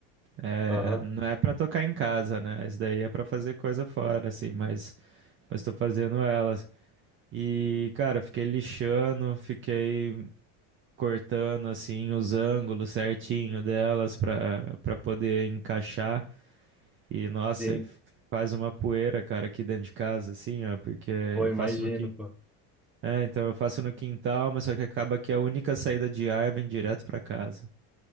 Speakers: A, on the right (about 35°); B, in the centre.
A: É,
B: Aham,
A: não é pra tocar em casa, né? Isso daí é pra fazer coisa fora, assim, mas, mas tô fazendo elas. E, cara, eu fiquei lixando, fiquei cortando, assim, os ângulos certinho delas pra, pra poder encaixar. E, nossa,
B: sim.
A: e faz uma poeira, cara, aqui dentro de casa, assim, ó, porque
B: Pô,
A: eu
B: imagino,
A: faço no quintal.
B: pô.
A: É, então eu faço no quintal, mas só que acaba que a única saída de ar vem direto pra casa.